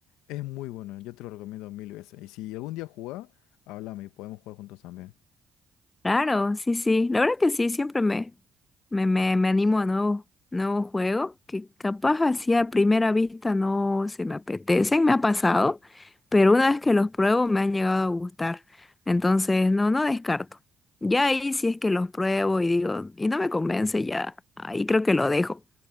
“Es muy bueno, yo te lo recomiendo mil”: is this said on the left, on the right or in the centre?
Left